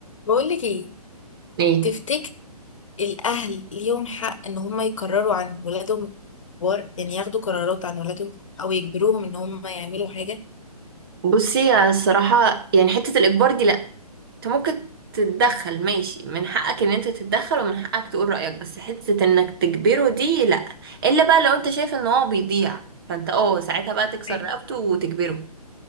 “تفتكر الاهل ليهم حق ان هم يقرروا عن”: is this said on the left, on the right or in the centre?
Left